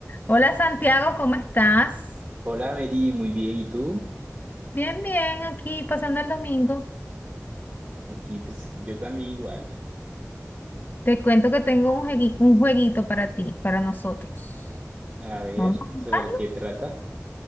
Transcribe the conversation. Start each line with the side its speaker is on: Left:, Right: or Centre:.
Left: Hola Santiago, ¿cómo estás?
Right: Hola Mary, muy bien, ¿y tú?
Left: Bien, bien, aquí pasando el domingo.
Right: Aquí pues yo también igual.
Left: Te cuento que tengo un juegui- un jueguito para ti, para nosotros.
Right: A ver,
Left: Vamos a jugar.
Right: ¿sobre qué trata?